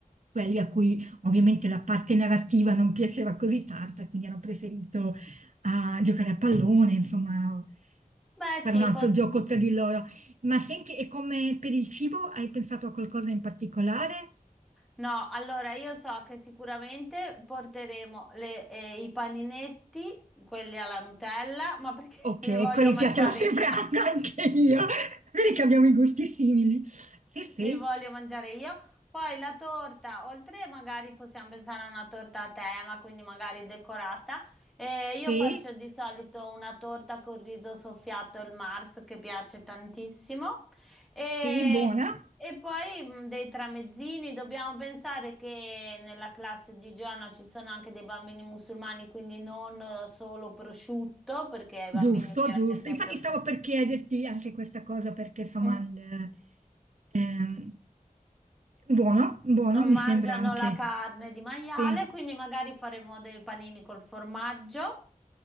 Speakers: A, on the right; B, in the centre.
A: quelli a cui ovviamente la parte narrativa non piaceva così tanto e quindi hanno preferito a giocare a pallone, insomma,
B: Beh, sì,
A: fare un altro gioco tra di loro. Ma senti, e come per il cibo hai pensato a qualcosa in particolare?
B: No, allora io so che sicuramente porteremo le- eh, i paninetti, quelli alla Nutella, ma perché <laughs>
A: Ok,
B: li voglio
A: quelli
B: mangiare
A: piacciono sempre
B: io?
A: a- <laughs> anche io. Vedi che abbiamo i gusti simili. Sì, sì,
B: Li voglio mangiare io. Poi la torta, oltre magari possiamo pensare a una torta a tema, quindi magari decorata. Eh, io
A: sì,
B: faccio di solito una torta con riso soffiato, il Mars, che piace tantissimo. E,
A: sì, buona.
B: e poi mh, dei tramezzini. Dobbiamo pensare che nella classe di Giovanna ci sono anche dei bambini musulmani, quindi non eh, solo prosciutto, perché ai bambini
A: Giusto,
B: piace
A: giusto.
B: sempre
A: Infatti
B: il
A: stavo
B: prosciutto.
A: per chiederti anche questa cosa perché insomma
B: Mm,
A: il, ehm, buono, buono
B: non
A: mi
B: mangiano
A: sembra anche.
B: la carne di maiale,
A: Sì,
B: quindi magari faremo dei panini col formaggio.